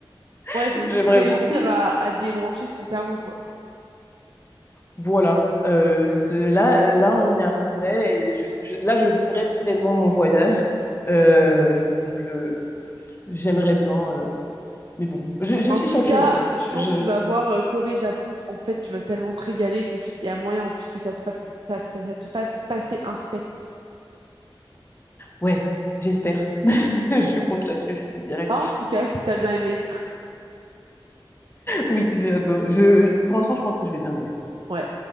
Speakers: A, on the left; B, on the right.
A: <laughs>
B: Ouais, faut
A: J'aimerais
B: juste réussir
A: beaucoup.
B: à, à débrancher son cerveau, quoi.
A: Voilà. Euh, je- là, là, on y arriverait et je, je- là, je vivrais pleinement mon voyage. Euh, donc, euh, j'aimerais bien. euh, mais bon, je, je
B: En
A: suis
B: tout
A: sur le
B: cas,
A: chemin.
B: je pense
A: Je,
B: que tu vas voir euh, Corée-Japon. En fait, tu vas tellement te régaler que je- il y a moyen en plus que ça te, fa- ça, ça- ça te fasse passer un step.
A: ouais, j'espère. <laughs> Je compte là-dessus, je te dirais.
B: Ah, en tout cas, si t'as bien aimé.
A: Oui, j'adore. Je, pour l'instant, je pense que je vais bien aimer.
B: Ouais,